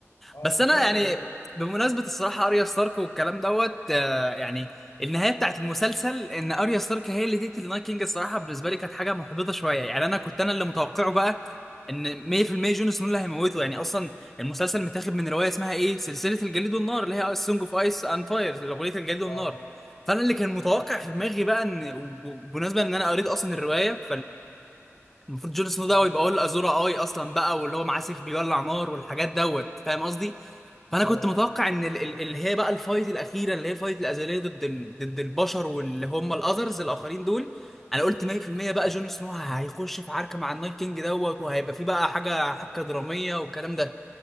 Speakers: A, on the left (about 75°); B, in the centre.
A: اه
B: بس
A: بالظبط
B: انا يعني
A: انا
B: بمناسبه الصراحه اريا ستارك والكلام دوت آه، يعني النهايه بتاعت المسلسل ان اريا ستارك هي اللي تقتل النايت كينج الصراحه بالنسبه لي كانت حاجه محبطه شويه يعني انا كنت انا اللي متوقعه بقى ان 100% جون سنو اللي هيموته يعني اصلا المسلسل متاخد من روايه اسمها ايه سلسله الجليد والنار اللي هي سونج اوف ايس اند فاير اغنيه الجليد والنار
A: اه
B: فانا اللي كان متوقع في دماغي بقى ان وبمناسبه ان انا قريت اصلا الروايه المفروض جون سنو ده
A: امم
B: يبقى هو الازورا اي اصلا بقى واللي هو معاه سيف بيولع نار والحاجات دوت فاهم قصدي فانا
A: اه
B: كنت متوقع ان ال- ال- اللي هي بقى الفايت الاخيره اللي هي الفايت الازليه ضد ال- ضد البشر واللي هم الاذرز الاخرين دول انا قلت 100% بقى جون سنو هيخش في عركه مع النايت كينج دوت وهيبقى في بقى حاجه حبكه دراميه والكلام ده